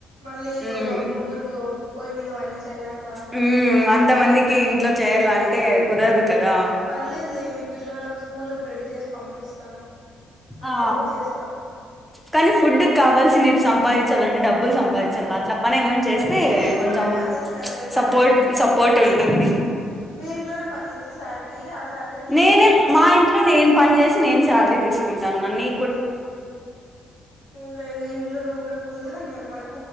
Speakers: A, on the right; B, in the centre.
A: మళ్ళీ ఇంకొక
B: ఉమ్
A: ముగ్గురికి పోయే ముందు చెల్లని బాధపడుతాన్నవా
B: ఉమ్ అంతమందికి ఇంట్లో చేయాలంటే కుదరదు కదా
A: పర్లేదులే మీ పిల్లలకు స్కూల్ కి రెడీ చేసి పంపిస్తాను అంతవరకు
B: ఆ
A: చేస్తా
B: కానీ ఫుడ్కి కావాల్సినట్టు సంప సంపాదించాలండి డబ్బులు సంపాదించాలి అట్లా పని ఏమ చేస్తే
A: మీ ఇంట్లోనే
B: కొంచెం
A: పని చేస్తానులే శాలరీ
B: సపోర్ట్ సపోర్ట్ ఉంటుంది
A: మీ ఇంట్లోనే పని చేస్తే సాలరీ ఆ శాలరీ నీకే
B: నేనే
A: ఇస్తా
B: మా ఇంట్లో నేను పని చేసి నేను శాలరీ తీసుకుంటాన్నా నీ
A: అవునులే మీ ఇంట్లో నువ్వు కూడా కూలి దానివే అన్నమాట